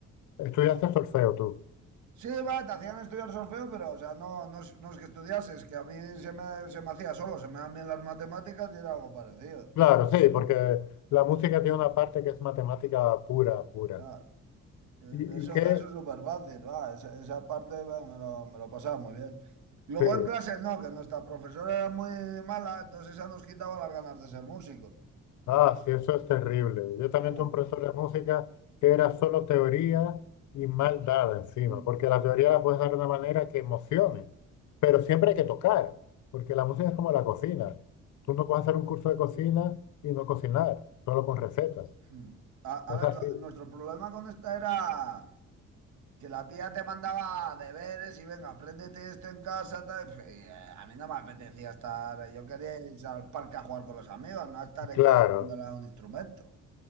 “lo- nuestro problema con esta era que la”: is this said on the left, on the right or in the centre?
Right